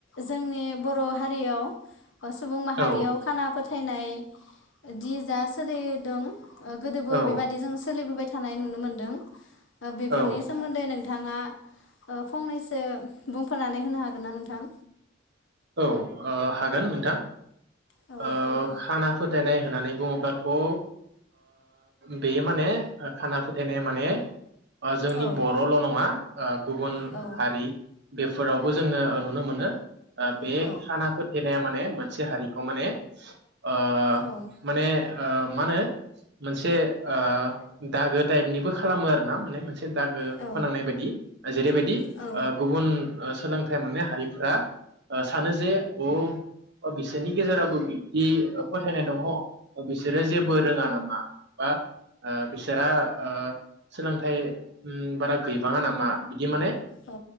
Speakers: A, on the left (about 70°); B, on the right (about 60°).
A: जोंनि बर' हारियाव सुबुं माहारियाव
B: औ
A: खाना फो थायनायदि जा सोलिदों ओ गोदोबो
B: औ
A: बेबायदि जों सोलिबोबाय थानाय नुनो मोन्दों। बेफोरनि
B: औ
A: सोमोन्दै नों थाङा ओ फंनैसो बुंफोरना नै होनो हागोन ना नोंथां?
B: औ ओ हागोन नोंथां।
A: औ
B: ओ
A: बुंलाय
B: खाना फोथायनाय होननानै बुङोब्लाथ' ओ बेयो माने खाना फोथायनाय माने जोंनि
A: औ
B: बर'ल' नङा ओ गुबुन
A: औ
B: हारि बेफोरावबो जोङो ओ नुनो मोनो। ओ बे
A: औ
B: खाना फोथाय बे माने मोनसे हारिखौ माने ओ
A: औ
B: माने ओ मा होनो मोनसे ओ दागो टाइपनिबो खालामो आरोना माने मोन से दागो
A: औ
B: फोनांनाय बायदि, जेरैबायदि
A: औ
B: ओ गुबुन सोंलों थाय मोननाय हारिफ्रा ओ सानो जे अ' बिसोरनि गेजेरावबो बिब्दि फोथायनाय दङ। बिसोरो जेबो रोङा नामा? बा ओ बिसोरा ओ सोलोंथाइ उम बारा गैबाङा नामा? इ माने
A: औ